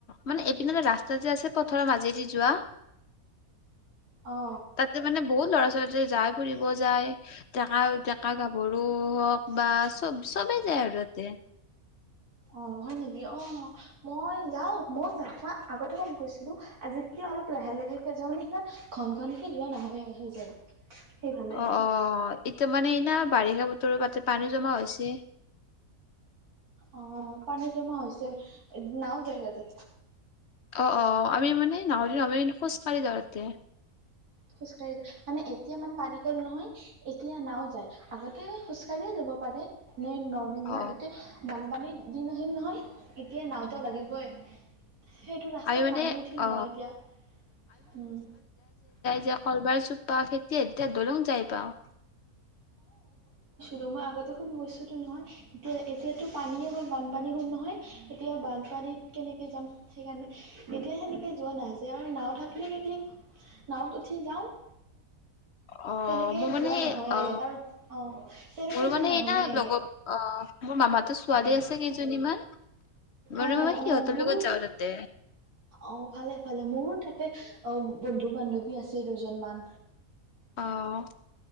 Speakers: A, on the left; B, on the right.
A: মানে এইপিনে এ ৰাস্তা যে আছে পথাৰৰ মাজেদি যোৱা
B: অ
A: তাতে মানে বহুত ল'ৰা ছোৱালী যায় ফুৰিব যায়, ডেকা ডেকা গাভৰু হওক বা চব চবে যায় আৰু তাতে
B: অ হয় নেকি অ মই যাও মই যাম আগতে গৈছিলো আজি কি অলপ লাহে লাহেকে যাওঁ মানে ইমান ঘন ঘনকে যোৱা নহয় সেই চাইড সেইফালে
A: অ অ এতিয়া মানে এনা বাৰিষা বতৰ তোৰ তাতে পানী জমা হৈছে
B: অঁঃ পানী জমা হৈছে নাও যায় তাতে
A: অ অ আমি মানে নাওৰে নেমেলি খোজকাঢ়ি যাওঁ তাতে
B: খোজ কাঢ়ি যায় মানে এতিয়া ইমান পানী হল নহয় এতিয়া নাও যায় আগতে খোজ কাঢ়িয়ে যাব পাৰে নই, নৰ্মেল
A: অ
B: হয় এতিয়া বানপানী দিন আহিল নহয় এতিয়া নাওতো লাগিবই সেইটো ৰাস্তাত
A: আমি মানে
B: পানী উঠিল
A: অ
B: নহয় এতিয়া উম
A: যে কলবাৰ চোপা খেতি এ এতিয়া ধৰক যাই পাওঁ।
B: দুমাহ আগতে খুব মৰিছোঁ টো নহয়। এ এতিয়াতো পানীয়ে হ'ল। বানপানী হল নহয়। এতিয়া বানপানীত কেনেকে যাম সেইকাৰণে এতিয়াহে নিকি যোৱা নাই যে আমাৰ নাও থাকিলে নাওত উঠি যাওঁ।
A: অ
B: তেনেকে
A: মোৰ মানে
B: যোৱা নহয়ে
A: অ,
B: কাৰণ অ তেনেকে
A: মোৰ
B: যোৱা
A: মানে
B: নহয়ে
A: না লগৰ অ, মোৰ মামাতো ছোৱালী
B: অ
A: আছে কেইজনীমান। মানে
B: অ
A: মই
B: অ
A: সিহঁতৰ
B: মোৰো
A: লগত যাওঁ তাতে।
B: অ ভালে ভালে মোৰো তাতে বন্ধু বান্ধৱী আছে দুজনমান।
A: আহ'